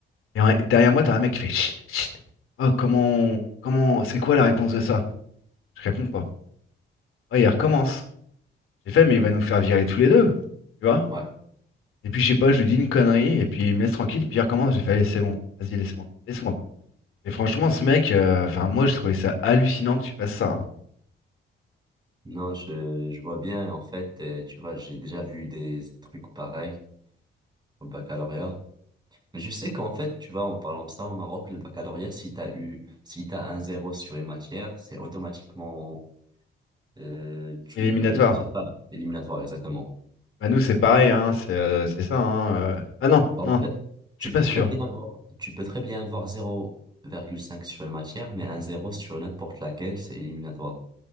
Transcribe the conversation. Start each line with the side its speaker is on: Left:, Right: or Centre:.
Left: Et en- derrière moi, t'as un mec qui fait Chut, chut. Oh, comment, comment, c'est quoi la réponse de ça? Je réponds pas. Oh, il recommence. J'ai fait, mais il va nous faire virer tous les deux. Tu vois?
Right: Ouais.
Left: Et puis, je sais pas, je lui dis une connerie, et puis il me laisse tranquille, puis il recommence. J'ai fait, allez, c'est bon. Vas-y, laisse-moi. Laisse-moi. Et franchement, ce mec, euh, enfin, moi, j'ai trouvé ça hallucinant que tu fasses ça. hein.
Right: Non, je, je vois bien. En fait, euh, tu vois, j'ai déjà vu des trucs pareils au baccalauréat. Mais je sais qu'en fait, tu vois, en parlant de ça, au Maroc, le baccalauréat, si t'as eu, si t'as un zéro sur une matière, c'est automatiquement, euh, tu
Left: Éliminatoire.
Right: réussis pas l'éliminatoire, exactement.
Left: Bah, nous, c'est pareil, hein. C'est euh, c'est ça, hein. euh. Ah non,
Right: Bon,
Left: non.
Right: En fait, tu
Left: Je suis pas
Right: peux
Left: sûr.
Right: très bien avoir, tu peux très bien avoir 0,5 sur une matière, mais un zéro sur n'importe laquelle, c'est éliminatoire.